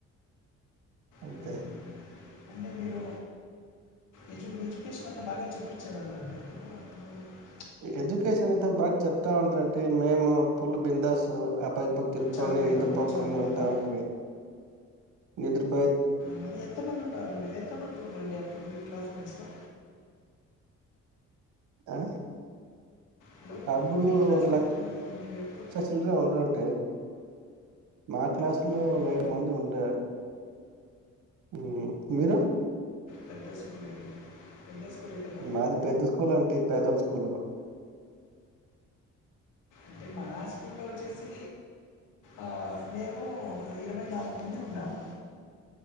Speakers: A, on the right (about 75°); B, on the left (about 85°).
A: అంతే
B: హుహుహు. అంటే మీరు ఎజ్యు ఎడ్యుకేషన్ అంతా బాగా చెప్పిచ్చే వాళ్ళు అంట బ్రో <unintelligible>
A: ఎడ్యుకేషన్ అంతా బాగా చెప్తా ఉండంటడి మేము పుల్ బిందా సో అపై ప తిరుక్కొని
B: చదవలేదా?
A: నిద్ర
B: మీరు
A: పోకుండా
B: చదవలేదా?
A: ఉంట ఉంటిమి నిద్రపో
B: కానీ ఎంతమంది ఉన్నారండి మీరు ఎంత పంది ఉండండి అప్పుడు మీ క్లాస్ ఫ్రెండ్స్లో
A: ఆ
B: హలో!
A: అప్పుడు
B: మీ క్లాస్‌లో
A: ఒక లక్ష
B: ఎంతమంది ఉండ్రి అప్పుడు?
A: చిలరే ఉంటరు అంటే మాత్ క్లాసులో
B: హ్మ్.
A: ఒక ఐదు మంది ఉంటే హ్మ్ మీరు
B: పెద్ద స్కూల్ అండి పెద్ద స్కూలే కదా
A: మాది పెద్ద స్కూల్ అంటె పేదల స్కూలు
B: అంటే మా స్కూల్లో వచ్చేసి ఆ మేము ఇరవై నాలుగు మంది ఉన్నాము